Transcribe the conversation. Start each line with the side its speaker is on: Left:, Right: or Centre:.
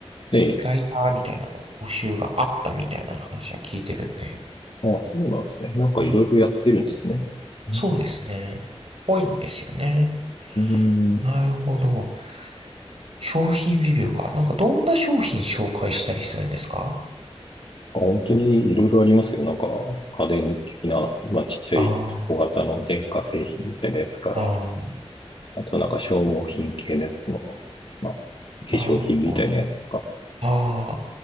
Left: ええ。
Right: ライターみたいなの募集があったみたいな話は聞いてるんで。
Left: あ、そうなんですね。なんかいろいろやってるんですね。
Right: うん、
Left: うん
Right: そうですね。ぽいんですよね。
Left: うーん。
Right: なるほど。商品レビューか。なんかどんな商品紹介したりするんですか
Left: あ本当にいろいろありますよ。なんか家電的な、まあちっちゃい小型の電化製品みたいなやつから、
Right: ああ、あ
Left: あとなんか消耗品系のやつの、まあ化
Right: あ、
Left: 粧品みたいなやつとか。
Right: なるほど。ああ、化